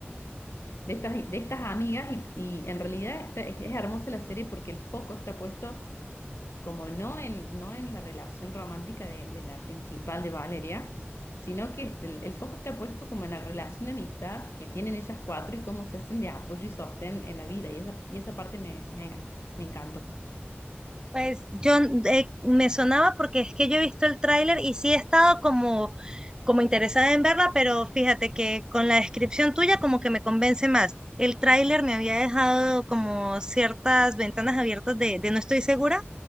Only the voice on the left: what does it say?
de estas, de estas amigas y, y en realidad está, es, es hermosa la serie porque el foco está puesto como no en, no en la relación romántica de, de la principal de Valeria, sino que este, el, el foco está puesto como en la relación de amistad que tienen ellas cuatro y cómo se hacen de apoyo y sostén en la vida y esa, y esa parte me, me, me encantó.